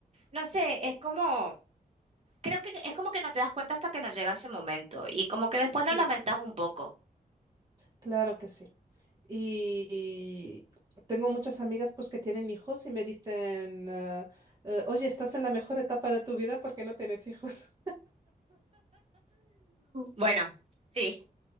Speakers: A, on the right (about 40°); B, on the right (about 25°).
A: no sé, es como, creo que es como que no te das cuenta hasta que no llega ese momento y como que después
B: sí,
A: lo lamentas un poco.
B: claro que sí. Y tengo muchas amigas pues que tienen hijos y me dicen, eh, eh, oye, estás en la mejor etapa de tu vida porque no tienes hijos.
A: Bueno, sí,